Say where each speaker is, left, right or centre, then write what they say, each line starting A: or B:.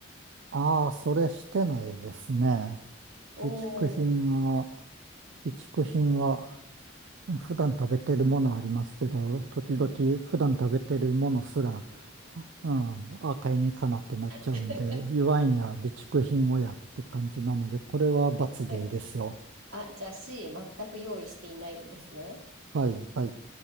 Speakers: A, on the right (about 60°); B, on the right (about 85°).
A: ああ、それしてないですね。
B: おおー
A: 備蓄品は、備蓄品は、普段食べてるものありますけど、時々普段食べてるものすら、
B: うん。
A: うん、あ、買いに行かなってなっちゃうんで、
B: <laughs>
A: 言わんや備蓄品をやって感じなので、これは罰でいいですよ。
B: はい。あ、じゃあ C、全く用意していないですね。
A: はい、はい。